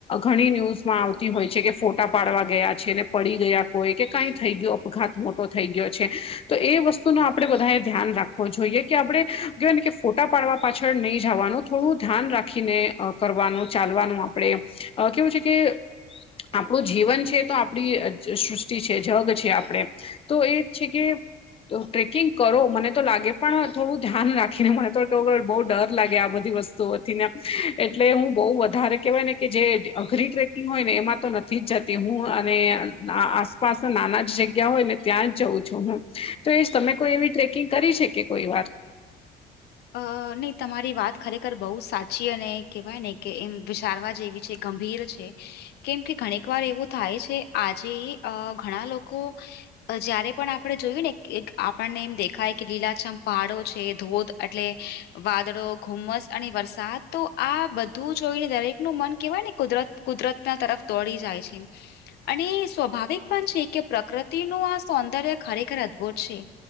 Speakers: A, on the left; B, on the left.
A: ઘણી ન્યૂઝમાં આવતી હોય છે કે ફોટા પાડવા ગયા છે ને પડી ગયા કોઈ કે કઈ થઈ ગયું અપઘાત મોટો થઈ ગયો છે તો એ વસ્તુ ન આપણે બધા ધ્યાન રાખવો જોઈએ કે આપણે જો ને કે ફોટા પાડવા પાછળ નહીિ જવાનું થોડું ધ્યાન રાખીને અ કરવાનું ચાલવાનું આપણે કેવું છે કે આપણું જીવન છે તો આપણી સૃષ્ટિ છે જગ છે આપણે તો એ છે કે તો ટ્રેકિંગ કરો મને તો લાગે પણ થોડું ધ્યાન રાખીને મને તો બહુ ડર લાગે આ બધી વસ્તુ તોથી ને એટલે હું બહુ વધારે કહેવાય ને કે જે અઘરી ટ્રેકિંગ હોયને એમાં તો નથી જ જતી હું અને આસપાસ નાના જ જગ્યા હોય ને ત્યાં જ જઉં છું હું તો એ તમે કોઈ એવી ટ્રેકિંગ કરી છે કે કોઈ વાત
B: અ નહી તમારી વાત ખરેખર બહુ સાચી અને કેહેવાય ને કે એમ વિચારવા જેવી છે ગંભીર છે કેમ કે ઘણીક વાર એવું થાય છે આજે અ ઘણા લોકો જયારે પણ આપણે જોયું ને એક આપણને એમ દેખાય કે લીલાજમ પહાડો છે, ધોધ એટલે વાદળો, ઘુમ્મસ અને વરસાદ તો આ બધું જોઈને દરેકનું મન કેહવાયને કુદરત કુદરતના તરફ દોડી જાય છે. અને સ્વાભાવિક પણ છે કે પ્રકૃતિનું આ સૌંદર્ય ખરેખર અદ્ભુત છે.